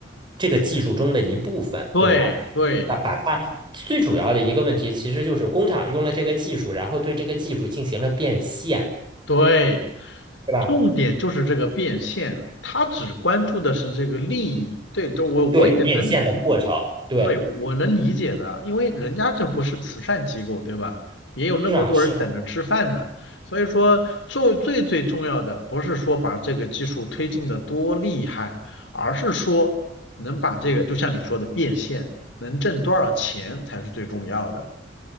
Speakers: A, on the right; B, on the left.
A: 这个技术中的一部分，
B: 对对。
A: 对吧？啊，把它最主要的一个问题，其实就是工厂用了这个技术，然后对这个技术进行了变现，
B: 对，
A: 对吧？
B: 重点就是这个变现，他只关注的是这个利益。对，这我我也能理解，
A: 对，变现的过程，对，
B: 对，我能理解的，因为人家这不是慈善机构，对吧？也有那么多人等着吃饭呢。
A: 是啊，是啊，
B: 所以说，做最最重要的不是说把这个技术推进的多厉害，而是说能把这个，就像你说的变现，能挣多少钱才是最重要的。